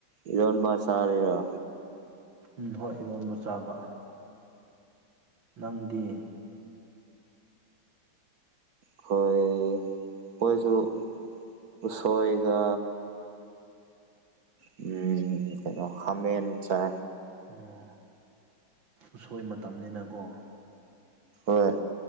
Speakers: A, on the right (about 50°); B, on the right (about 65°).
A: ꯏꯣꯟ ꯁꯔꯔꯣ
B: ꯎꯝ ꯍꯣꯏ ꯏꯔꯣꯟꯕ ꯆꯥꯕ ꯅꯪꯗꯤ
A: ꯑꯩꯈꯣꯏ ꯑꯩꯈꯣꯏꯁꯨ ꯎꯁꯣꯏꯒ ꯎꯝ ꯀꯩꯅꯣ ꯍꯃꯦꯟ ꯆꯥ
B: ꯑꯣ ꯎꯁꯣꯏ ꯃꯇꯝꯅꯤꯅꯀꯣ
A: ꯍꯣꯏ